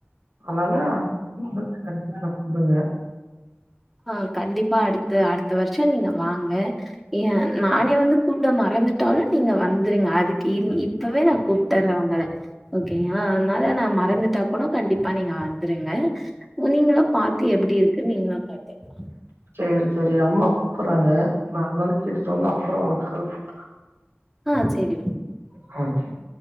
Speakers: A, on the right (about 60°); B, in the centre.
A: அனால <inaudible> கண்டிப்பா என்ன கூப்டுங்க
B: அ கண்டிப்பா அடுத்த அடுத்த வர்ஷொ நீங்க வாங்க ஏ நானே வந்து கூப்ட மறந்துட்டாலு நீங்க வந்துருங்க அதுக்கு இன் இப் பவே நா கூப்ட்டர்ற ஒங்கள ஓகேங்களா அனால நா மறந்துட்டாக் கூடொ கண்டிப்பா நீங்க வந்துருங்க நீங்களும் பாத்து எப்டி இருக்குன் நீங்களு பாத்துக்லா
A: சேரி சேரி அம்மா கூப்புர்றாங்க நா என்னான் கேட்டுட்டு வந்து அப்பறொ ஒங்குளுக் கால் பண்ற
B: அ சேரி
A: <inaudible>